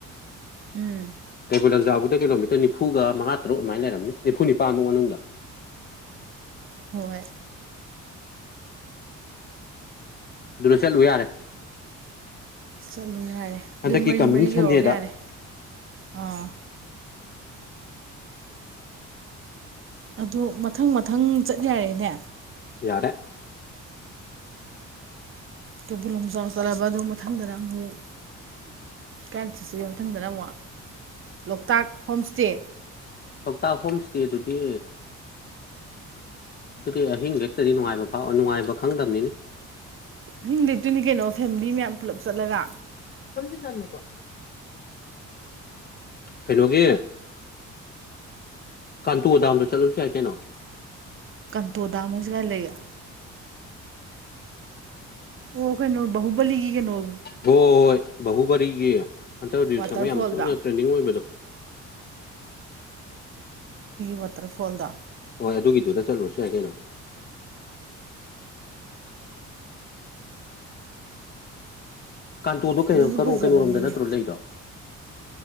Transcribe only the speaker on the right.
ꯎꯝ
ꯍꯣꯏꯣꯏ
ꯆꯠꯂꯣ ꯌꯥꯔꯦ
ꯑꯗꯨ ꯃꯔꯤ
ꯃꯔꯤ
ꯌꯧꯔꯣꯒ ꯌꯥꯔꯦ ꯑꯥ ꯑꯗꯨ ꯃꯊꯪ ꯃꯊꯪ ꯆꯠ ꯌꯥꯔꯦꯅꯦ
ꯀꯩꯕꯨꯜ ꯂꯝꯖꯥꯎ ꯆꯠꯂꯕ ꯑꯗꯨ ꯃꯊꯪꯗꯅ ꯑꯃꯨꯛ ꯀꯥꯏ ꯆꯠꯁꯤꯒꯤ ꯃꯊꯪꯗꯅ ꯑꯃꯨꯛ ꯂꯣꯛꯇꯥꯛ ꯍꯣꯝ ꯏꯁꯇꯦ
ꯑꯍꯤꯡ ꯂꯩꯇꯣꯏꯅꯤ ꯀꯩꯅꯣ ꯐꯦꯃꯤꯂꯤ ꯃꯌꯥꯝ ꯄꯨꯂꯞ ꯆꯠꯂꯒ
ꯀꯟꯇꯣꯗꯥ ꯃꯁꯒ ꯂꯩꯒ ꯑꯣ ꯀꯩꯅꯩꯅꯣ ꯍꯨꯕꯂꯤꯒꯤ ꯀꯩꯅꯅꯣ
ꯋꯥꯇꯔꯐꯣꯜꯗꯣ
ꯋꯥꯇꯔꯐꯣꯜꯗ
ꯑꯗꯨꯁꯨ ꯐꯖꯕꯅꯤꯅꯦ